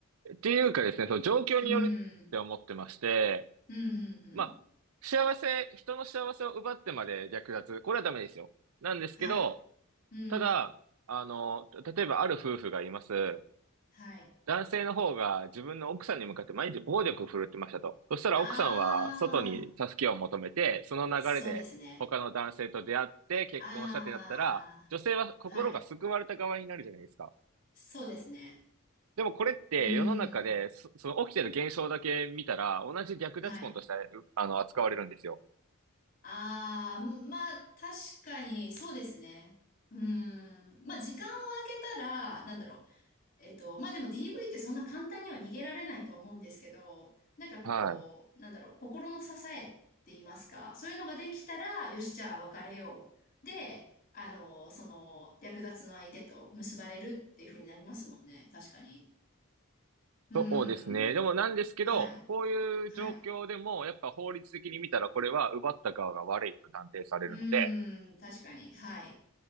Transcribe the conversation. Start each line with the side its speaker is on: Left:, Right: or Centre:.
Right: っていうかですね、その状況によるって思ってまして、
Left: うん。うん、うん、うん。
Right: まあ、幸せ、人の幸せを奪ってまで略奪、これはダメですよ。なんですけど、
Left: はい。うん。
Right: ただ、あの、例えばある夫婦がいます。
Left: はい。
Right: 男性の方が自分の奥さんに向かって毎日暴力を振るってましたと。そしたら奥さんは外に助けを求めて、
Left: あ
Right: その流れで他の男性と出会って結婚したってなったら、
Left: あ、そうですね。あ
Right: 女性は心が救われた側になるじゃないですか。
Left: あ、はい。そうですね。
Right: でもこれって世の中でそ、
Left: うーん。
Right: その起きてる現象だけ見たら、同じ略奪婚としてうあの扱われるんですよ。
Left: はい。ああ、まあ、確かに、そうですね。うん。まあ、時間を空けたら、なんだろう。えっと、まあでも DV ってそんな簡単には逃げられないと思うんですけど、なんかこう、
Right: はい。
Left: なんだろう、心の支えって言いますか、そういうのができたら、よし、じゃあ別れよう。で、あの、その、略奪の相手と結ばれるっていう風になりますもんね。確かに。うー
Right: そうですね。
Left: ん。
Right: でもなんですけど、
Left: はい。
Right: こういう状況でも、
Left: はい。
Right: やっぱ法律的に見たら、これは奪った側が悪いと断定されるので、
Left: うーん。確かに。はい。